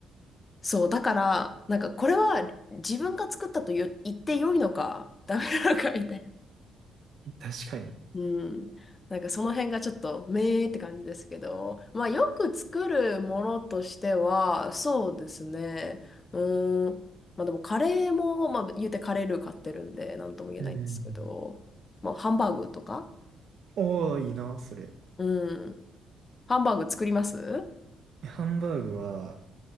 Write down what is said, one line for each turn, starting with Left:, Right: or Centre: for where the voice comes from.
Left: そう、だから、なんかこれは自分が作ったと言う言って良いのか、ダメなのかみたい
Right: 確かに。
Left: な。うん。なんかその辺がちょっと、めーって感じですけど、まあよく作るものとしては、そうですね。うーん。まあでもカレーも、まあ言うてカレールー買ってるんで、なんとも言えないんですけど、
Right: うん。
Left: まあハンバーグとか
Right: おー、いいな、それ。
Left: うん。ハンバーグ作ります
Right: ハンバーグは、